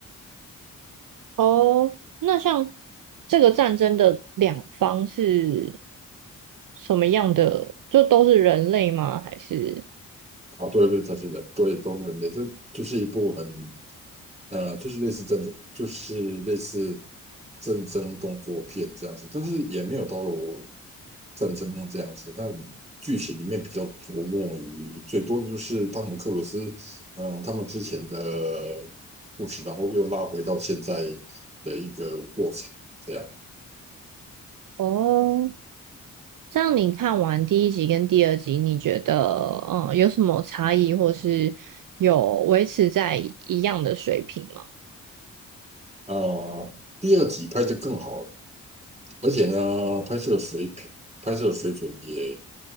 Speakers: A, on the right (about 60°); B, on the right (about 20°).
A: 哦，那像这个战争的两方是什么样的？就都是人类吗？还是
B: 啊，对对，它是人，对，都人类，这就是一部很呃，就是类似战争，就是类似战争动作片这样子，但是也没有到了我战争片这样子。但剧情里面比较琢磨于最多的就是汤姆克鲁斯，嗯，他们之前的故事，然后又拉回到现在的一个过程这样。
A: 哦？这样你看完第一集跟第二集，你觉得嗯有什么差异，或是有维持在一样的水平吗？
B: 呃，第二集拍得更好了。而且呢，拍摄水平、拍摄水准也